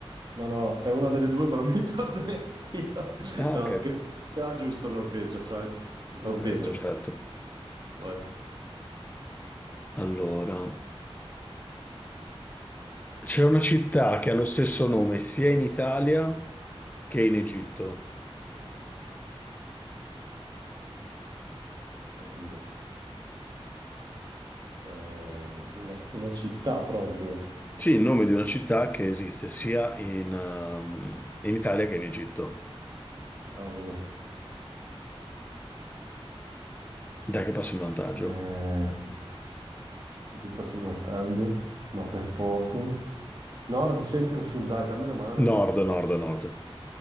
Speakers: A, on the right (about 45°); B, on the left (about 15°).
A: no, no, è una delle due, ma non mi <laughs> ricordo neanche io. <laughs>
B: Ah,
A: No,
B: ok,
A: scherzo, credo sia giusto Norvegia, sai? Norvegia,
B: ok, perfetto.
A: vai.
B: Allora, c'è una città che ha lo stesso nome sia in Italia che in Egitto.
A: Oddio, Eh, una, una città proprio.
B: Sì, il nome di una città che esiste sia in, ehm, in Italia che in Egitto.
A: Cavolo.
B: Dai che passo in vantaggio.
A: Eh, così passo in vantaggio, ma per poco. Nord, centro, sud, dai, dammi una mano perché
B: Nord, nord, nord.